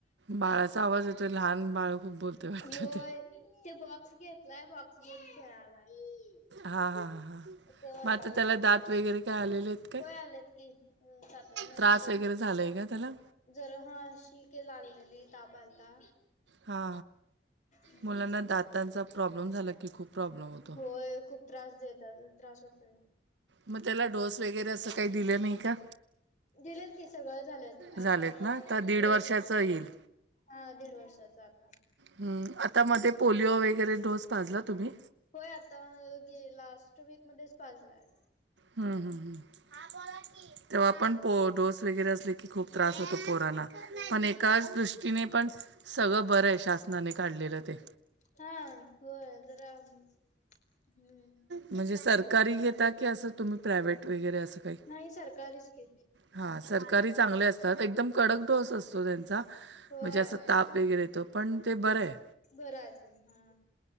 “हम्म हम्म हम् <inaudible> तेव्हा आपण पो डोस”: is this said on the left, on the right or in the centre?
Right